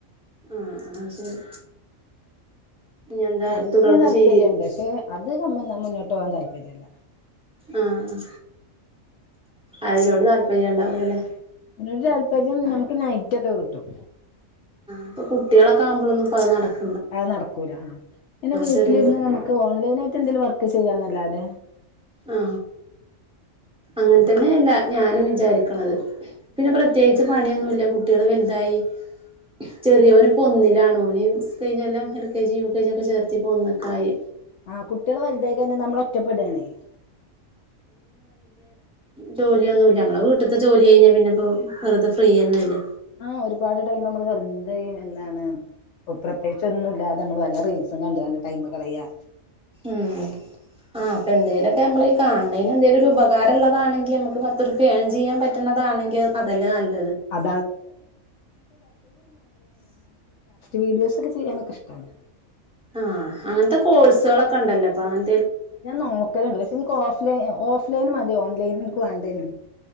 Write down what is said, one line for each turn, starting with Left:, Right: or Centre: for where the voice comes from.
Centre: ആഹ അ ശരി ഇനി എന്താ
Left: വർക്കെയ്യാൻ
Centre: തുടർന്ന്
Left: താല്പര്യം
Centre: ചെയ്യ
Left: ഉണ്ട് പക്ഷെ അത് നമ്മാ മുന്നോട്ട് പോവാൻ താല്പര്യം പ്പര്യല്ല
Centre: ആഹ അതിനോട് തല്പ്പം പര്യ ഉണ്ടാവൂലല്ലേ
Left: ഇതിനൊരു താല്പര്യം നമുക്ക് നൈറ്റ ഒക്കെ കിട്ടും
Centre: ആപ്പൊ കുട്ട്യേളൊക്കെ ആവുമ്പൊളൊന്നും പ്പം നടക്ക
Left: അത് നടക്കൂല പിന്നെ വീട്ടിലിരുന്ന്
Centre: ചെറിയ
Left: നമുക്ക് ഓൺലൈന ആായിട്ട് എന്തെങ്കിലും വർക്ക് ചെയ്യാന്നല്ലാതെ
Centre: ആ അങ്ങൻ തന്നെയ അല്ല ഞാനും വിചാരിക്കണത് പിന്നെ പ്രത്യേകിച്ച് പണിയൊന്നുമില്ല കുട്ടികൾ വലുതായി ചെറിയോന് ഇപ്പോ ഒന്നിലാണ് ഓന് കഴിഞ്ഞകൊല്ലം L K G U K G ഒക്കെ ചേർത്തിപ്പൊ ഒന്നൊക്കെയായി
Left: ആഹ് കുട്ട്യള് വലുതായി കഴിഞ്ഞാൽ നമ്മൾ ഒറ്റപ്പെടാണെ
Centre: ജോലിയൊന്നൂല്ല നമ്മളെ വീട്ട്ത്തെ ജോലി കഴിഞ്ഞാൽ പിന്നെ ഇപ്പം വെറുതെ ഫ്രീയന്നെല്ലേ
Left: ആഹ് ഒരുപാട് ടൈം നമ്മൾ വെറ്തെ ഈ എന്താണ് പ്പ പ്രത്യേച്ചൊന്നുല്ലാതെ നമ്മള് വല്ല റീൽസും കണ്ട്കാണ്ട് ടൈമ് കളയാ
Centre: ഉം ആഹ് പ്പന്തേലൊക്കെ അമ്മള് കാണേന് എന്തേലൊരു ഉപകാരള്ളതാണെങ്കി അമ്മക്ക് പത്തുറുപ്പിയ ഏൺ ചെയ്യാൻ പറ്റുന്നതാണെങ്കി അതല്ലേ ന
Left: <unintelligible> വീഡിയോസൊക്കെ ചെയ്യാനൊക്കെ ഇഷ്ടാണ്
Centre: ആഹ് അങ്ങനത്തെ കോഴ്സൊളൊക്കണ്ടല്ലോ പ്പ അങ്ങ
Left: ഞാൻ നോക്കലുണ്ട് പക്ഷെ എനിക്ക് ഓഫ്‌ലൈ ഓഫ്‌ലൈൻ മതി ഓൺലൈൻ ന്ക്കു വേണ്ടേനു